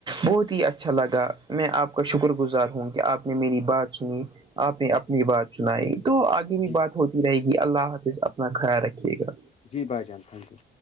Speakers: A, on the right; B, on the left.
A: بہت ہی اچھا لگا میں آپ کا شکر گزار ہوں کہ آپ نے میری بات سنی آپ نے اپنی بات سنائی تو آگے بھی
B: جی
A: بات ہوتی رہے گی اللہ حافظ اپنا خیال رکھیے گا
B: جی بھائی جان تھینک یو